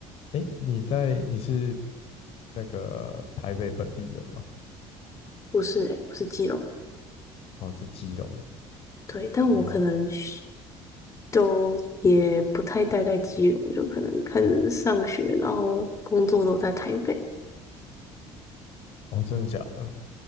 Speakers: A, on the left (about 60°); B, on the left (about 25°).
A: 诶，你在，你是那个台北本地人吗？
B: 不是诶、我是基隆人
A: 哦，是基隆。
B: 对，但我可能是
A: 哦，
B: 都也不太待在基隆，就可能开始上学，然后工作都在台北。
A: 哦，真的假的？